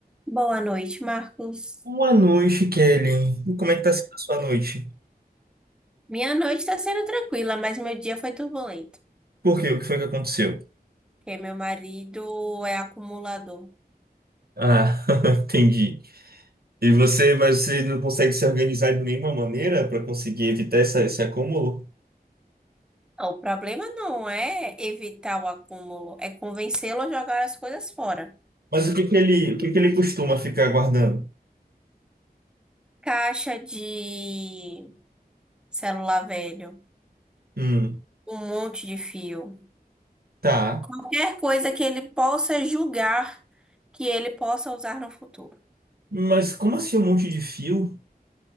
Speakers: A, in the centre; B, on the right.
A: Boa noite, Marcos.
B: Boa noite, Kelly. E como é que tá sendo a sua noite?
A: Minha noite está sendo tranquila, mas meu dia foi turbulento,
B: Por quê? O que foi que aconteceu?
A: porque meu marido é acumulador.
B: Ah, <laughs> entendi. E você, mas você não consegue se organizar de nenhuma maneira para conseguir evitar essa, esse acúmulo?
A: o problema não é evitar o acúmulo, é convencê-lo a jogar as coisas fora.
B: Mas o que que ele, o que que ele costuma ficar guardando?
A: Caixa de celular velho,
B: Hum,
A: um monte de fio,
B: tá.
A: qualquer coisa que ele possa julgar que ele possa usar no futuro.
B: Mas como assim um monte de fio?